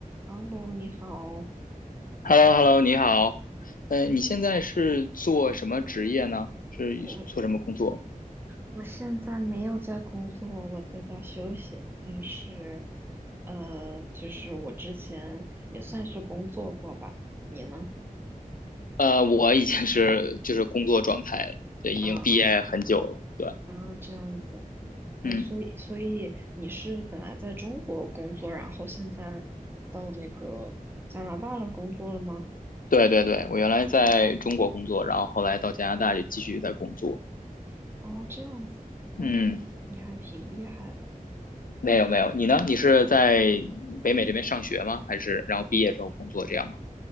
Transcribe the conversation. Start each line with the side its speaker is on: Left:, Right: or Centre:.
Right: 哈喽，你好，
Left: h e l l o h e l l o 你好，呃，你现在是做什么职业呢？是做什么工作？
Right: 我我现在没有在工作，我在家休息呢。但是，呃，就是我之前也算是工作过吧。你呢？
Left: 呃，我已经是就是工作状态了，对，已经毕业很久了，
Right: 嗯嗯
Left: 对，
Right: 啊，这样子。哎，
Left: 嗯，
Right: 所以所以你是本来在中国工作，然后现在到那个加拿大来工作了吗？
Left: 对对对，我原来在中国工作，然后后来到加拿大就继续在工作，
Right: 哦，这样子。哇，
Left: 嗯，
Right: 那你还你还挺厉害的。
Left: 没有没有，你呢？你是在北美这边上学吗？还是然后毕业之后工作这样吗？